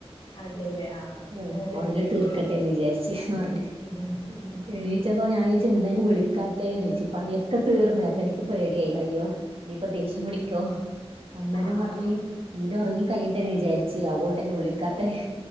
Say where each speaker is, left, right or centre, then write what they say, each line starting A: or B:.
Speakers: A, on the left; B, on the right.
A: അതെല്ലേ ആ
B: ആഹ്
A: അങ്ങനെ ലേറ്റ്
B: ഒർങ്ങി
A: ആയില്ലേ
B: തീർക്കട്ടെന്ന് വിചാരിച്ച്ന്ന് പർഞ്
A: ഉം ഉം ഉം.
B: എണീച്ചപ്പോ ഞാൻ ചോയ്ച്ച് എന്തേനും വിളിക്കാതേന്ന് ചോയ്ച് പണിയൊക്കെ തീർന്ന് അപ്പൊ എനിക്ക് പേടിയായി അയ്യോ ഇനിയിപ്പൊ ദേഷ്യം പിടിക്കോ അന്നേരം
A: ആ
B: പറഞ്ഞ്
A: ആ ആ
B: ഇന്റെ ഒർങ്ങി കയ്യെ ട്ടെന്ന് വിചാര്ച്ച് അവോണ്ടന്നെ വിളിക്കാത്തെ